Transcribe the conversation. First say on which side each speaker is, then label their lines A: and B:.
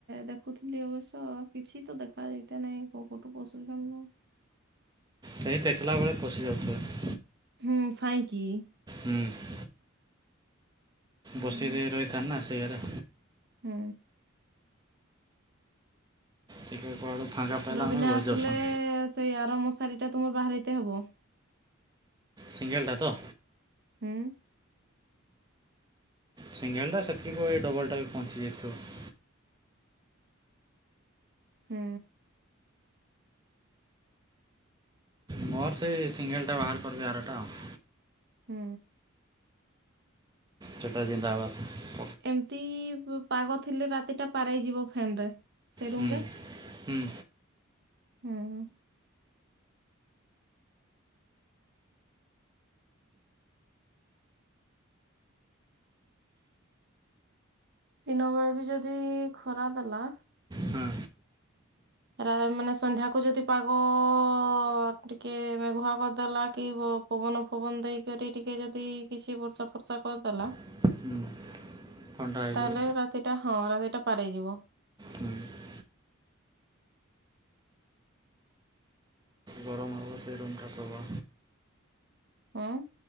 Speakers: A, on the right; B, on the right.
A: ଦେଖୁଥିଲି ଅବଶ୍ୟ କିଛି ତ ଦେଖା ଯାଇତେ ନାଇଁ। କୋଉପଟୁ ପଡୁଚି ଯାନ
B: ସେଇ ଟେକିଲା ବେଳେ ପଶିଯାଉଥିବ।
A: ହୁଁ ସାଇଁକି
B: ହୁଁ।
A: ହୁଁ
B: ବସେଇଦେଇ ରହିଥାନ୍ ନା ସେଇଗାରେ।
A: ହୁଁ।
B: ଟିକ କୁଆଡୁ ଫାଙ୍କା ପାଇଲା
A: ରୁବିନା
B: ମାନେ ଗଳି
A: ଆସିଲେ
B: ଯାଉଛନ୍
A: ସେଇ ଆର ମଶାରୀ ଟା ତୁମ ବାହାରିତେ ହବ।
B: ସିଙ୍ଗେଲ୍ ଟା ତ?
A: ହୁଁ।
B: ସିଙ୍ଗେଲ୍ ଟା ସେତିକି ୱେ ଡବଲ୍ ଟା ବି ପହଞ୍ଚିଯାଇଥିବ।
A: ହୁଁ।
B: ମୋର୍ ସେ ସିଙ୍ଗେଲ୍ ଟା ବାହାର୍ କରିବି ଆରଟା ଆଉ।
A: ହୁଁ।
B: ସେଟା ଜିନ୍ଦବାଦ୍।
A: ଏମତି ପ ପାଗ ଥିଲେ ରାତିଟା ପାର ଏଇ ଯିବ ଫ୍ୟାନ୍ ରେ। ସେ
B: ହୁଁ
A: ରୁମ୍ ରେ
B: ହୁଁ
A: ହୁଁ। ଦିନ ବେଳେ ବି ଯଦି ଖରା ଦେଲା
B: ହଁ।
A: ଏରା ମାନେ ସନ୍ଧ୍ୟାକୁ ଯଦି ପାଗ ଅ-ଅ-ଅ-ଅ ଟିକେ ମେଘୁଆ କରିଦେଲା କି ବ ପବନ ଫବନ ଦେଇକରି ଟିକେ ଯଦି କିଛି ବର୍ଷା ଫର୍ଷା କର୍ ଦେଲା
B: <unintelligible> ଥଣ୍ଡା ହେଇଯିବ
A: ତାହେଲେ ରାତିଟା ହଁ ରାତିଟା ପାରେଇ ଯିବ।
B: ହୁଁ ଗରମ୍ ହବ ସେ ରୁମ୍ ଟା ପ୍ରବ
A: ଉଁ